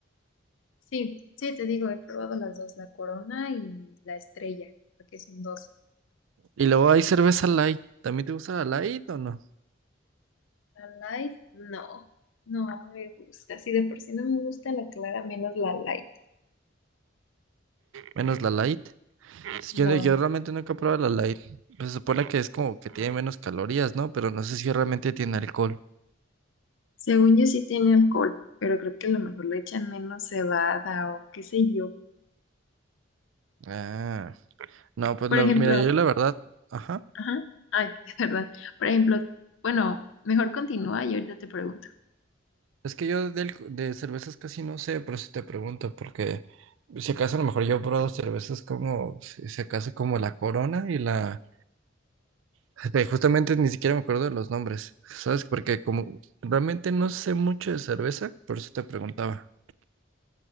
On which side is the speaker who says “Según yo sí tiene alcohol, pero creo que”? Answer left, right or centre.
Left